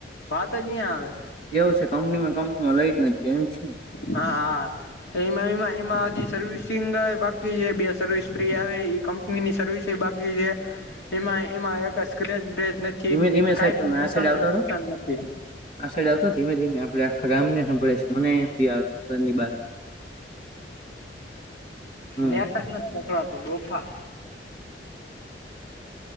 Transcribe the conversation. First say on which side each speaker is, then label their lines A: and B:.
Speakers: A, on the left; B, on the left.
A: તહીં આવે.
B: એવું છે કંપની માં કંપનીમાં લઈ જ નથી ગયા એમ છે.
A: હા હા. એમાં એમાં એમાં હજી સર્વિસિંગ બાકી જે બે સર્વિસ ફ્રી આવે ઈ કંપની. કંપનીની સર્વિસ એ બાકી છે એમાં એમાં એક સ્ક્રેચ બ્રેચ નથી.
B: ધીમે ધીમે
A: કે કઈ
B: સાહેબ
A: પણ
B: તમે
A: પ્રકારનું
B: આ સાઈડ આવતા
A: નુકસાન
B: રહો
A: નથી.
B: આ સાઇડ આવ તો ધીમે ધીમે આપડે આખા ગામ ને હભળાઈશ છે મનેથી આવે. ઘરની બાર હમ
A: નેટ જ નથી પકડાતો ડોફા.